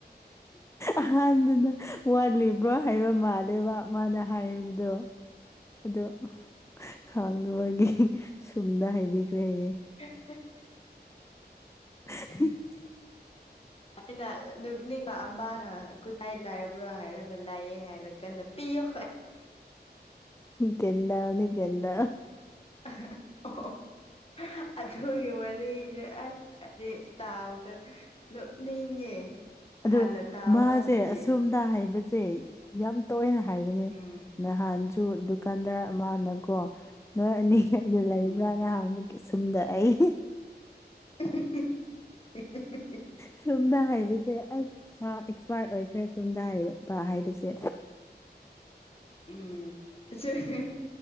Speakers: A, on the left; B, on the left.
A: ꯑꯍꯥꯟꯕꯅ ꯋꯥꯠꯂꯤꯕ꯭ꯔꯣ ꯍꯥꯏꯕ ꯃꯥꯜꯂꯦꯕ ꯃꯥꯅ ꯍꯥꯏꯔꯤꯕꯗꯣ ꯑꯗꯣ ꯈꯥꯡꯗꯥꯕꯒꯤ ꯁꯨꯝꯅ ꯍꯥꯏꯕꯤꯈ꯭ꯔꯦ ꯌꯦ
B: <unintelligible>
A: <unintelligible>
B: ꯑꯩꯅ ꯅꯨꯛꯅꯤꯡ ꯑꯃꯅ ꯈꯨꯇꯥꯏ ꯂꯥꯏꯕ꯭ꯔꯣ ꯍꯥꯏꯔꯒꯥꯟꯅ ꯂꯥꯏꯑꯦ ꯍꯥꯏꯔꯛ ꯀꯟꯅ ꯄꯤꯑꯣ
A: ꯒꯦꯟꯗꯥꯃꯤ ꯒꯦꯟꯗꯥ
B: <unintelligible> ꯑꯗꯨꯒꯤ ꯋꯥꯔꯤꯗ ꯑꯁ ꯍꯥꯏꯗꯤ ꯇꯥꯕꯀꯟ ꯅꯣꯛꯅꯤꯡꯉꯦ
A: ꯑꯗ
B: ꯍꯥꯟꯅ ꯇꯥꯕ
A: ꯃꯥꯁꯦ
B: ꯀꯥꯟꯗꯗꯤ
A: ꯑꯁꯣꯝꯗ ꯍꯥꯏꯕꯁꯦ ꯌꯥꯝ ꯇꯣꯏꯅ ꯍꯥꯏꯕꯅꯦ
B: ꯎꯝ
A: ꯅꯍꯥꯟꯁꯨ ꯗꯨꯀꯥꯟꯗꯥꯔ ꯑꯃꯥꯅꯀꯣ ꯅꯣꯏ ꯑꯅꯤꯈꯩꯗ ꯂꯩꯕ꯭ꯔꯥ
B: ꯎꯝ
A: ꯅꯍꯪ ꯀꯦꯁꯨꯝꯗ ꯑꯩ
B: <unintelligible>
A: ꯁꯣꯝꯗ ꯍꯥꯏꯕꯁꯦ ꯑꯁ ꯃꯥ ꯑꯦꯛꯁꯄꯥꯔꯠ ꯑꯣꯏꯈ꯭ꯔꯦ ꯁꯣꯝꯗ <unintelligible> ꯍꯥꯏꯕꯁꯦ
B: ꯎꯝ <unintelligible>